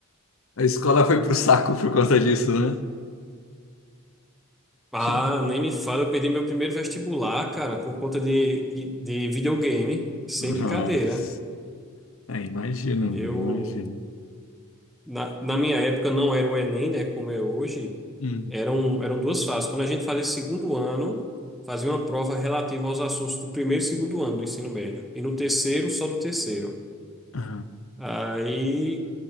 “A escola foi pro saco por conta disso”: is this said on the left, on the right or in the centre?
Left